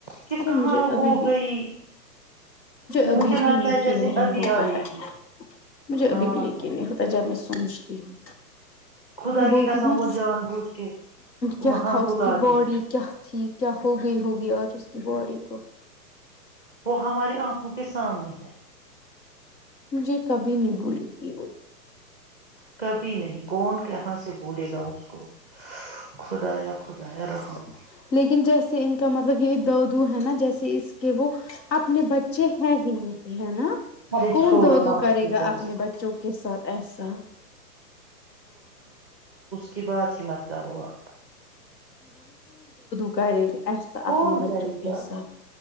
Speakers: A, in the centre; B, on the left.
A: کہ
B: ارے
A: کہاں
B: مجھے ابھی
A: ہو
B: بھی
A: گئی
B: ابھی
A: مجھے لگتا
B: بھی یقین
A: ہے جیسے
B: نہیں
A: ابھی
B: ہوتا
A: آئے
B: ہے
A: گی
B: مجھے ابھی
A: ہاں
B: بھی یقین
A: سر
B: نہیں ہوتا ج میں سمجھتی ہوں
A: خدا
B: بولتی
A: کی قسم
B: ہوں
A: وہ جان بوجھ کے
B: کیا
A: وہاں
B: تھا اس
A: بلاتے
B: کی باڈی کیا تھی کیا ہو گئی ہوگئی آج اس بڑی کو
A: وہ ہماری آنکھوں کے سامنے ہے
B: مجھے کبھی نہیں بھول گی وہ
A: کبھی نہیں کون کہاں سے بولے گا اس کو خدا خدائے رحم
B: سب۔ لیکن جیسے ان کا مطلب یہ دو دو ہے نا جیسے اس کے وہ اپنے بچے ہیں نہیں ہے نا
A: ارے
B: کون
A: چھوڑو
B: د د
A: نا اس
B: کرے
A: کی
B: گا
A: بات
B: اپنے بچوں کے ساتھ ایسا
A: کہ بات ہی مت کرو آپ
B: گ <unintelligible> ایسا
A: کون
B: اپنے بچوں
A: کرے
B: کے
A: گا
B: ساتھ